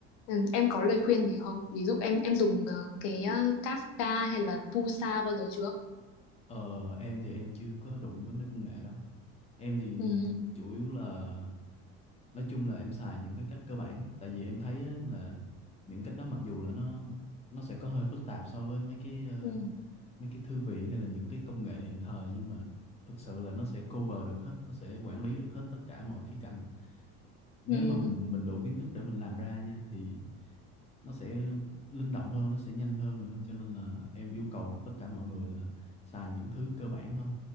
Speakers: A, on the left; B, on the left.
A: Ừ, em có lời khuyên gì không ví dụ em em dùng ờ, cái ờ, Kafka hay là Pusa bao giờ chưa
B: ờ em thì em chưa có đụng với mấy công nghệ đó em thì
A: ừ
B: chủ yếu là nói chung là em xài những cái cách cơ bản tại vì em thấy á, là những cách đó mặc dù là nó nó sẽ có hơi phức tạp so với mấy cái ờ,
A: ừ
B: mấy cái thư viện hay là những cái công nghệ hiện thời nhưng mà thực sự là nó sẽ cover được hết nó sẽ quản lý được hết tất cả mọi khía cạnh nếu
A: ừ
B: mà mình mình đủ kiến thức để mình làm ra nha thì nó sẽ linh động hơn nó sẽ nhanh hơn nữa cho nên là em yêu cầu tất cả mọi người là xài những thứ cơ bản thôi